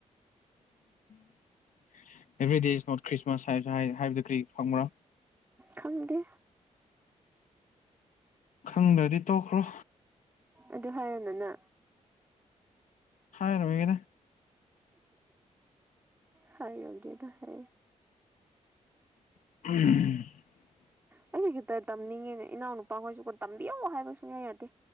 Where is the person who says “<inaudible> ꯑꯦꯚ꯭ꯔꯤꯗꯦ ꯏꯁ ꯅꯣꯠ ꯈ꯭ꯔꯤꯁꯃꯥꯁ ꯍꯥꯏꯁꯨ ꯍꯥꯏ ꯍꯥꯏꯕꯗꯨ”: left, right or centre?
Left